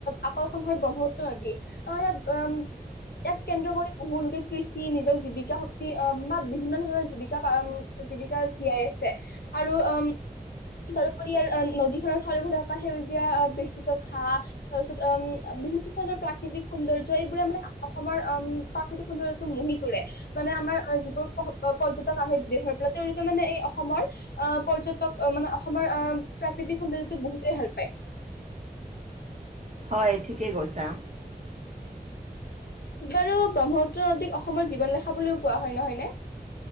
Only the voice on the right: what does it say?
হয় ঠিকেই কৈছা।